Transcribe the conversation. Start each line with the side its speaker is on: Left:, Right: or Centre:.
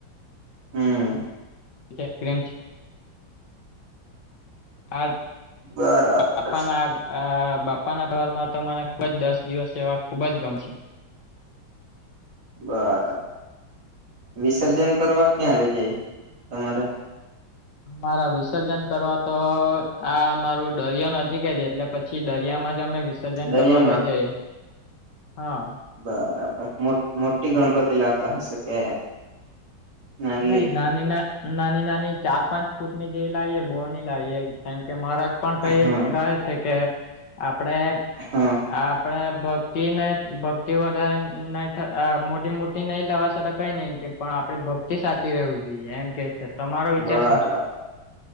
Right: હમ
Left: એ ક્ર્રીમ છે આ
Right: બરાબર
Left: આપ આગ <unintelligible> આ બાપ્પા ના અઠવાર માં તો મને ખુબ જ દસ દિવસ એવા ખુબ જ ગમશે
Right: બરાબર વિસર્જન કરવા ક્યાં લઇ જાય તમારે
Left: અમારા વિસર્જન કરવા તો આ અમારું દરિ ન કે છે એટલે પછી દરિયામાં જ અમે સજ
Right: દરિયામાં
Left: કરવા લઇ જઈ હા
Right: બરાબર મોટી ગણપતિ લાવતા હશે કે નાલી
Left: નાહી નાની ના નાની નાની ચાર પાંચ ફૂટ ની જે લાવીએ બોની લાવીએ કેમ કે મારા પણ કહી
Right: હા
Left: કહે છે કે આપણે
Right: હા
Left: આપડે ભક્તિ ન ભક્તિ વધારે નહી મોટી મોટી ભ નહીં લવા છતા કઈ નહીમ કે પણ આપણે ભક્તિ સાચી રહેવું જોઈએ એમ કે તમારો વિચાર
Right: બરાબર
Left: શું છે